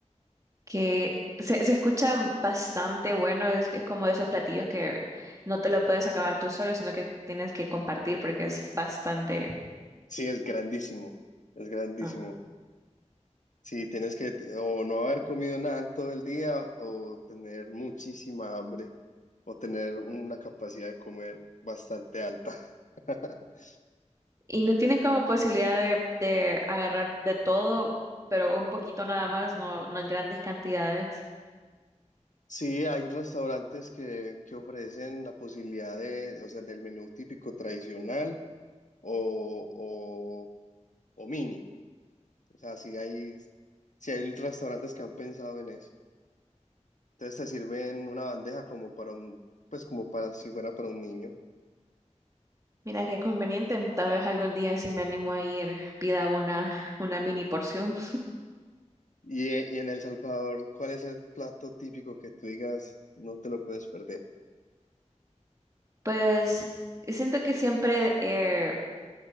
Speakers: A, on the right (about 25°); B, on the left (about 80°).
A: que se, se escucha bastante bueno, es, es como de esos platillos que no te lo puedes acabar tú solo, sino que tienes que compartir porque es bastante...
B: Sí, es grandísimo, es grandísimo.
A: ah,
B: Sí, tienes que t- o no haber comido nada en todo el día o tener muchísima hambre o tener una capacidad de comer bastante alta. <laughs>
A: Y no tienen como posibilidad de, de agarrar de todo, pero un poquito nada más, no, no en grandes cantidades.
B: Sí, hay restaurantes que, que ofrecen la posibilidad de, o sea, del menú típico tradicional. o, o, o mini. O sea, si hay, si hay restaurantes que han pensado en eso. Entonces te sirven una bandeja como para un, pues como para si fuera para un niño.
A: Mira qué conveniente, tal vez algún día si me animo a ir, pida una, una mini porción.
B: Y, eh, y en El Salvador, ¿cuál es el plato típico que tú digas no te lo puedes perder?
A: Pues siento que siempre, eh,